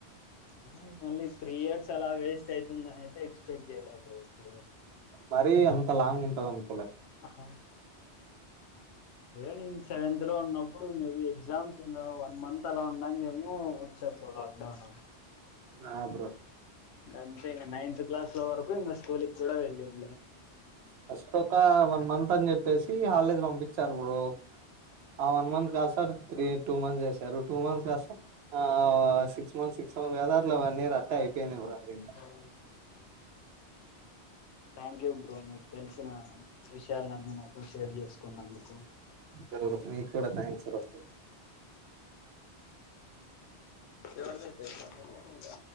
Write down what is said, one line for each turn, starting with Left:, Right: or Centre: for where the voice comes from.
Left: ఆ మళ్ళీ త్రీ ఇయర్స్ అలా వేస్ట్ అయితుందనయితే ఎక్స్పెక్ట్ చేయలే బ్రో ఎప్పుడు
Right: మరీ అంత లాంగ్ ఉంటది అను
Left: ఆ ఏదో నేను సెవెంత్ లో ఉన్నప్పుడు మేబి ఎగ్జామ్స్ ఉన్న వన్ మంత్ అలా ఉండంగా ఏమో వచ్చ బ్రో లాక్డౌన్
Right: ఆ బ్రో
Left: అంతే ఇంగ నైన్త్ క్లాస్ లో వరకు ఇంక స్కూల్కి కూడా వెళ్ళిండ్ల
Right: ఫస్ట్ ఒక వన్ మంత్ అని చెప్పేసి హాలిడేస్ పంపిచ్చారు బ్రో ఆ వన్ మంత్ కాసార్ త్రీ టూ మంత్స్ చేసారు టూ మంత్స్ కాస్తా ఆ సిక్స్ మంత్స్ సిక్స్ మంత్ కాస్తా అట్లా వన్ ఇయర్ అట్టే అయిపోయింది బ్రో అది ఇంగ
Left: అవును థ్యాక్ యు బ్రో మీకు తెల్స్ సిన విషయాలను అన్నీ నాతో షేర్ చేసుకున్నందకు
Right: <unintelligible> త్రి కూడ థాంక్స్ రో
Left: ఎవరిదైతే